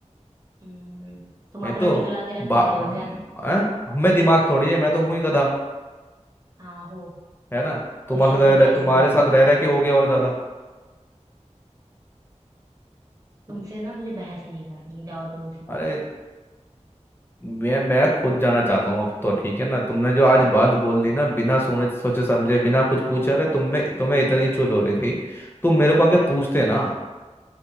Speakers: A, on the right; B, on the left.
A: हम्म तुम
B: ये
A: अपना
B: तो
A: निकला के रख
B: बा-
A: चुके हो क्या
B: अ? हम में दिमाग थोड़ी है मैं तो हूं ही गधा
A: हाँ हो
B: है ना
A: कोई
B: तुम्हारे
A: शक
B: साथ
A: है
B: रह रहे
A: क्या
B: तुम्हारे
A: इसमें
B: साथ रह रह के हो गया और ज्यादा
A: तुमसे ना मुझे बहस ही नहीं करनी जाओ तुम उसी के
B: अरे
A: बाद
B: मैं मैं खुद जाना चाहता हूँ अब तो ठीक है ना तुमने जो आज बात बोल दी ना बिना सोने सोचे समझे बिना कुछ पूछा रहे तुम में तुम्हें इतनी चुल हो रही थी तुम मेरे को आगे पूछते ना